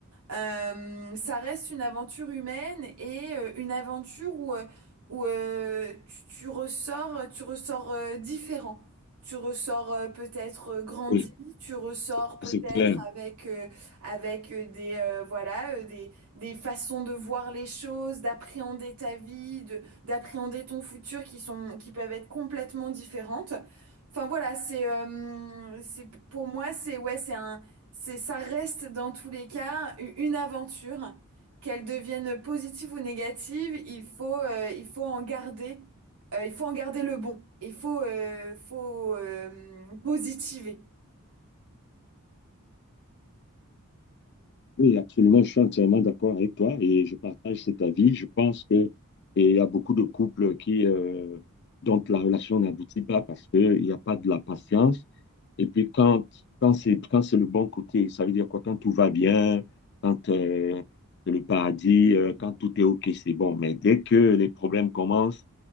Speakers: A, on the right; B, on the left.
A: Euh, ça reste une aventure humaine et euh, une aventure où, euh, où euh, tu, tu ressors, tu ressors euh, différent. Tu ressors euh, peut-être euh, grandi,
B: Oui,
A: tu ressors peut-être
B: ça, c'est clair.
A: avec, euh, avec euh, des, euh, voilà, euh, des, des façons de voir les choses, d'appréhender ta vie, de, d'appréhender ton futur qui sont, qui peuvent être complètement différentes. Enfin voilà, c'est, euh, c'est, pour moi, c'est, ouais, c'est un, c'est, ça reste dans tous les cas u- une aventure. Qu'elle devienne positive ou négative, il faut, euh, il faut en garder euh, il faut en garder le bon. Il faut, euh, faut euh, positiver.
B: Oui, absolument, je suis entièrement d'accord avec toi et je partage cet avis. Je pense que et il y a beaucoup de couples qui euh, dont la relation n'aboutit pas parce qu'il n'y a pas de la patience. Et puis quand, quand c'est quand c'est le bon côté, ça veut dire quoi? Quand tout va bien, quand euh, c'est le paradis, euh, quand tout est OK, c'est bon. Mais dès que les problèmes commencent,